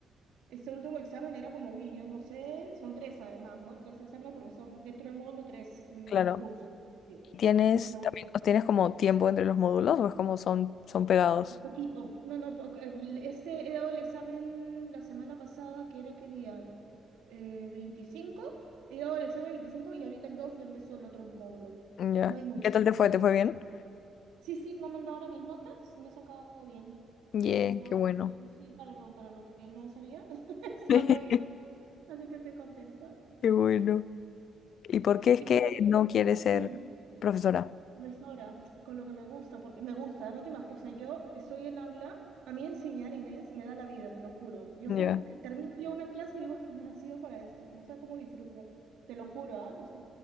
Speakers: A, on the right; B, on the left.
A: este último examen era como, uy, yo no sé, son tres además, ¿no? Tres exámenes porque son dentro del módulo tres mm,
B: claro.
A: cursos, por decir.
B: ¿Tienes
A: Pero bueno,
B: también, o tienes como tiempo entre los módulos o es como son, son pegados?
A: un poquito. No, no, po- el- este he dado el examen la semana pasada, que era qué día? Eh, veinticinco He dado el examen 25 y ahorita el 2 ya empezó el otro módulo.
B: Ya.
A: No hay mucho.
B: ¿Qué tal te fue? ¿Te fue bien?
A: Sí, sí, me han mandado ahora mis notas, me he sacado bien.
B: Yeah,
A: Mejor,
B: qué bueno.
A: sí, para lo, para lo que no sabía, <laughs> está
B: <laughs>
A: muy bien. Así que estoy contenta.
B: Qué bueno. ¿Y por qué es
A: Y
B: que
A: luego,
B: no quieres ser
A: mm,
B: profesora?
A: Profesora, con lo que me gusta, porque me gusta, no te imaginas, o sea, yo estoy en aula, a mí enseñar, Inés, me da la vida, te lo juro. Yo
B: Ya.
A: es como que termino yo una clase y digo, es que yo he nacido para esto, que no sé cómo disfruto, te lo juro, ¿ah? Es-